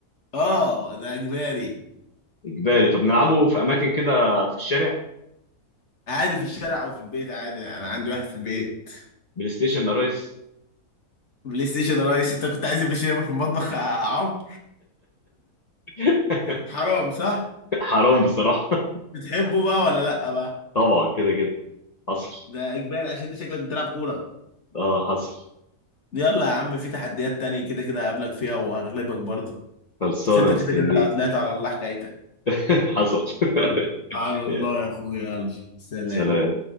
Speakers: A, on the left (about 50°); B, on the left (about 35°).
A: اه ده اجباري
B: اجباري طب نلعبه في اماكن كده في الشارع
A: عادي في الشارع او في البيت عادي انا عندي واحد في البيت
B: بلاي ستيشن يا ريس
A: بلاي ستيشن يا ريس انت كنت عايز بلاي ستيشن يبقى في المطبخ يا عم
B: <laughs>
A: حرام صح
B: حرام بصراحة <laughs>
A: بتحبه بقى ولا لا بقى
B: طبعا كده كده حصل
A: ده اجباري عشان انت شكلك بتلعب كوره
B: اه حصل
A: يلا يا عم في تحديات تانية كده كده هقابلك فيها وهغلبك برضه
B: خلصانة
A: بس انت
B: مستنيه
A: كده كده طلعت على الله حكايتك
B: <laughs> حصل <laughs>
A: يلا على
B: يا
A: الله يا اخويا يلا سلام
B: سلام